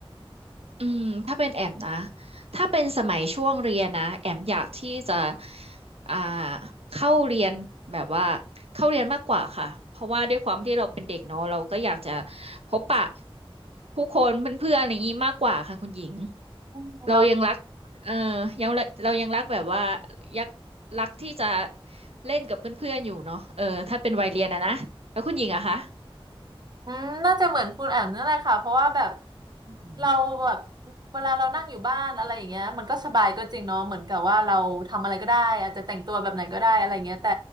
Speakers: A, on the right; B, on the right.
A: อืมถ้าเป็นแอมนะถ้าเป็นสมัยช่วงเรียนนะแอมอยากที่จะอ่าเข้าเรียนแบบว่าเข้าเรียนมากกว่าค่ะเพราะว่าด้วยความที่เราเป็นเด็กเนาะเราก็อยากจะพบปะผู้คนเพื่อนๆอะไรอย่างนี้มากกว่าค่ะคุณหญิง
B: อืมเนาะ
A: เรายังรักเออยังเราเรายังรักแบบว่ายักรักที่จะเล่นกับเพื่อนๆอยู่เนาะเออถ้าเป็นวัยเรียนอะนะ แล้วคุณหญิงอะคะ
B: อืมน่าจะเหมือนคุณแอมนั่นแหละค่ะเพราะว่าแบบ
A: อืม
B: เราแบบเวลาเรานั่งอยู่บ้านอะไรอย่างเงี้ยมันก็สบายก็จริงเนาะเหมือนกับว่าเราทำอะไรก็ได้อาจจะแต่งตัวแบบไหนก็ได้อะไรเงี้ยแต่